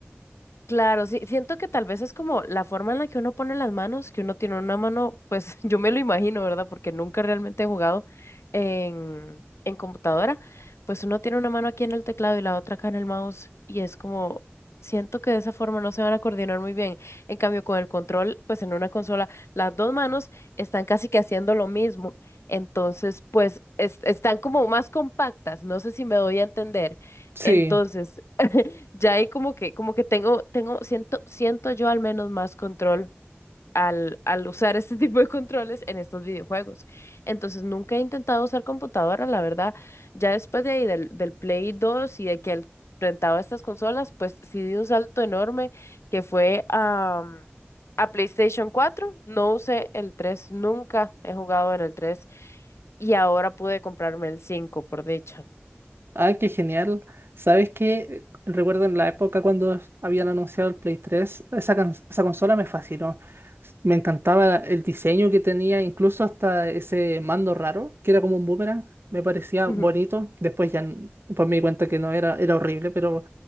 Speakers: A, on the left; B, on the right.
A: Claro, sí, siento que tal vez es como la forma en la que uno pone las manos, que uno tiene una mano, pues <laughs> yo me lo imagino, ¿verdad? Porque nunca realmente he jugado en, en computadora, pues uno tiene una mano aquí en el teclado y la otra acá en el mouse y es como, siento que de esa forma no se van a coordinar muy bien. En cambio, con el control, pues en una consola, las dos manos están casi que haciendo lo mismo, entonces, pues es- están como más compactas, no sé si me doy a entender.
B: Sí.
A: Entonces... <laughs> Ya ahí como que, como que tengo, tengo, siento, siento yo al menos más control al, al usar este <laughs> tipo de controles en estos videojuegos. Entonces nunca he intentado usar computadora, la verdad. Ya después de ahí del, del Play dos y de que el- rentaba estas consolas, pues sí di un salto enorme que fue a, a PlayStation cuatro No usé el tres nunca he jugado en el 3 y ahora pude comprarme el 5 por dicha.
B: Ah, qué genial. ¿Sabes qué? Recuerdo en la época cuando habían anunciado el Play 3, esa, can- esa consola me fascinó. S- Me encantaba el diseño que tenía, incluso hasta ese mando raro, que era como un boomerang. Me parecía
A: Ujú.
B: bonito. Después ya n- pues me di cuenta que no era, era horrible, pero